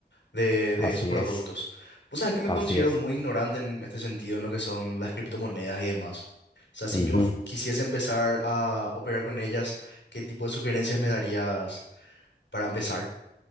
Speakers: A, on the left; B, on the left.
A: de, de
B: Así
A: esos productos.
B: es.
A: Vos sabés que me
B: Así
A: considero
B: es.
A: muy ignorante en este sentido, en lo que son las criptomonedas y demás. O sea, si
B: Ujú.
A: yo f- quisiese empezar a operar con ellas, ¿qué tipo de sugerencias me darías para empezar?